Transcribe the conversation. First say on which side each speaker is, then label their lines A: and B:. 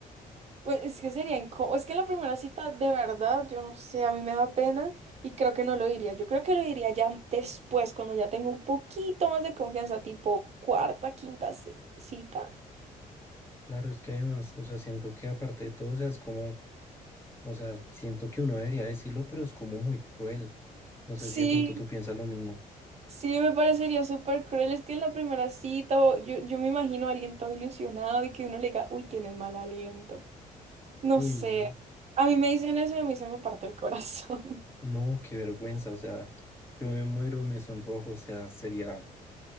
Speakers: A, on the right; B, on the left.
A: Pues es que sería incómodo. Es que en la primera cita, de verdad, yo no sé, a mí me da pena y creo que no lo diría. Yo creo que lo diría ya después, cuando ya tengo un poquito más de confianza, tipo cuarta, quinta ce- cita.
B: Claro, es que además, o sea, siento que aparte de todo, o sea, es como... O sea, siento que uno debería decirlo, pero es como muy cruel. No sé
A: Sí,
B: si de pronto tú piensas lo mismo.
A: sí, me parecería súper cruel. Es que en la primera cita, o- yo, yo me imagino a alguien todo ilusionado y que uno le diga, uy, tienes mal aliento. No
B: Uy,
A: sé.
B: no.
A: A mí me dicen eso y a mí se me parte el corazón.
B: No, qué vergüenza. O sea, yo me muero, me sonrojo. O sea, sería,